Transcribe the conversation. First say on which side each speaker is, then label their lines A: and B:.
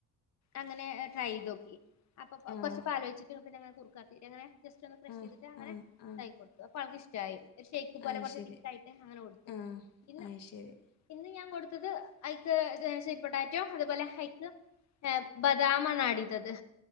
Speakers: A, on the left; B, on the left.
A: അങ്ങനെ ട്രൈയെയ്തോക്കി. അപ്പൊ
B: ആഹ്
A: കൊച്ച് പാലോയ്ച്ചിട്ട് പിന്നങ്ങനെ കുറ്ക്കാക്കി എങ്ങനെ, ജസ്റ്റൊന്ന് ക്രഷെയ്തിട്ട്
B: ആഹ്
A: അങ്ങനെ
B: ആഹ് ആഹ്
A: താക്കി കൊടുത്തു. അപ്പോ ആൾക്കിഷ്ട്ടായി. ഒരു ഷേക്ക് പോലെ
B: അത്
A: കൊറച്ച്
B: ശരി
A: തിക്കായിട്ട് അങ്ങനെ കൊടുത്തു
B: ആഹ്
A: പിന്ന
B: അത് ശരി
A: ഇന്ന് ഞാൻ കൊടുത്തത് അയ്ക്ക് സ്വീറ്റ്പൊട്ടാറ്റൊ, അതുപോലെ ഹൈക്ക്- ഹെ ബദാമാണടീത്തത്.